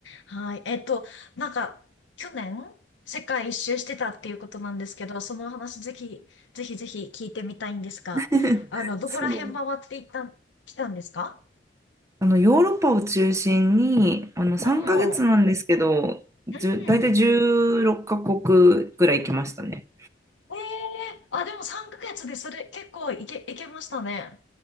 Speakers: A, on the left; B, on the right.
A: はい。えっと、なんか、去年、世界一周してたっていうことなんですけど、そのお話ぜひ、ぜひぜひ聞いてみたいんですが、
B: <laughs>
A: あの、どこら辺回っていったん、
B: そう。
A: 来たんですか
B: あのヨーロッパを中心にあの3ヶ月なんですけど、
A: おー、
B: じゅ大体16カ国
A: うん。
B: ぐらい行きましたね。
A: ええあ、でも3ヶ月でそれ結構いけ、いけましたね。